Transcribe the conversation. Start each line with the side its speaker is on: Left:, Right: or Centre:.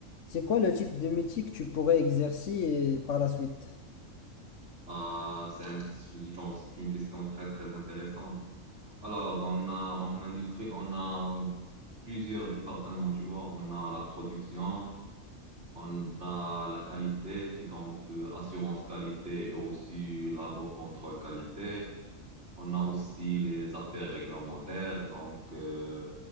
Left: c'est quoi le type de métier que tu pourrais exercer et par la suite?
Right: Ah, c'est un- genre, c'est une question très, très intéressante. Alors, on a, en industrie, on a plusieurs départements, tu vois. On a la production. On a la qualité qui compte euh, assurance qualité et aussi labo contrôle qualité. On a aussi les affaires réglementaires. Donc, euh,